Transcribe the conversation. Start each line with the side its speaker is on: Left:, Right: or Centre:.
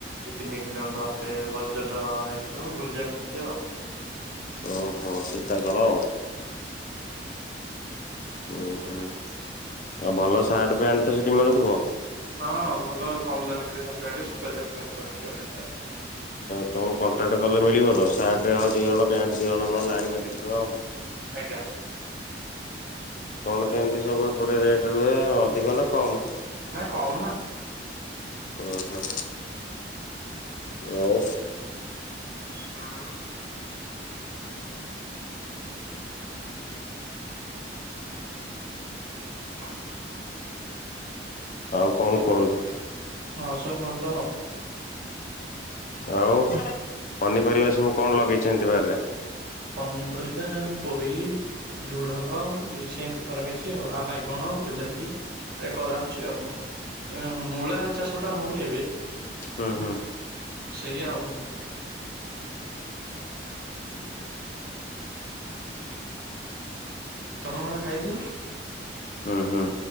Right: ଦ ତିନି କିଲୋମିଟର ହାତ ପର୍ଯ୍ୟନ୍ତ ଥିବ ବୁଲି ଆସଛନ୍ତି ଆଉ
Left: ଓହୋ ସୀତା କଳ।
Right: ହଁ।
Left: ହୁଁ ହୁଁ ଆଉ ଭଲ ସାର୍ଟ ପ୍ୟାଣ୍ଟ ତ ସେଠି ମିଳୁଥିବ?
Right: ହଁ ଭଲ କମ ଦାମ ସାର୍ଟପେଣ୍ଟ ସୁତା <inaudible> ଅଛି ଆଉ।
Left: ତମକୁ କଣ୍ଟାକ୍ଟ କଲେ ମିଳିବ ତ ସାର୍ଟ ଦିହଳ ପ୍ୟାଣ୍ଟ ଦିହଳ ନହେଲେ ଆଣିବା ଦେଖିବା ଆଉ।
Right: ଆଜ୍ଞା।
Left: କଣ କେମିତି ସବୁ ଏପଟେ ରେଟ ରୁହେ ଅଧିକ ନାଁ କମ?
Right: ନା କମ ନା
Left: ଓ ହୋ। ଆଉ
Right: ହୁଁ <unintelligible>
Left: ଆଉ କଣ କୁହନ୍ତୁ।
Right: ଆଉ ସବୁ ଭଲ।
Left: ଆଉ ପନିପରିବା ସବୁ କଣ ଲଗେଇଛନ୍ତି ବାରିରେ?
Right: ପନିପରିବା ପୋଇ ଝୁଡଙ୍ଗ ଇଛ ଏମିତି କରାହେଇଛି। ଛି ଆଉ ବାଇଗଣ ବିଲାତି କରାହଉଛି ଆଉ। ମୂଳା ଚାଷ ଟା ହଉନି ଏବେ?
Left: ହୁଁ ହୁଁ।
Right: ସେଇ ଆଉ ତମେ କଣ ଖାଇଥିଲ?
Left: ହୁଁ ହୁଁ।